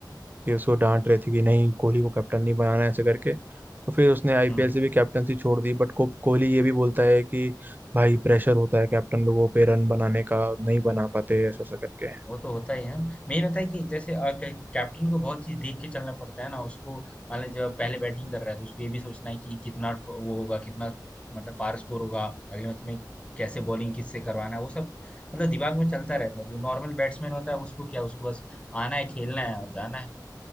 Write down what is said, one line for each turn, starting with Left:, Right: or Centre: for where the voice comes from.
Right: कि उसको डांट रहे थे कि नहीं कोहली को कैप्टन नहीं बनाना है, ऐसे करके तो फिर उसने आईपीएल
Left: हम्म
Right: से भी कैप्टनसी छोड़ दी बट को कोहली ये भी बोलता है कि भाई प्रेशर होता है कैप्टन लोगों पे रन बनाने का नहीं बना पाते ऐसा ऐसा करके
Left: वो तो होता ही है मेन होता है कि जैसे अ, कै- कैप्टन को बहुत चीज देख के चलना पड़ता है ना उसको मान लीजिए जब पहले बैटिंग कर रहा है तो उसको ये भी सोचना है कि कितना ट- वो होगा कितना मतलब पार स्कोर होगा अगले मैच में कैसे बॉलिंग किससे करवाना है वो सब मतलब दिमाग में चलता रहता है जो नॉर्मल बैट्समैन होता है उसको क्या उसको बस आना है खेलना है और जाना है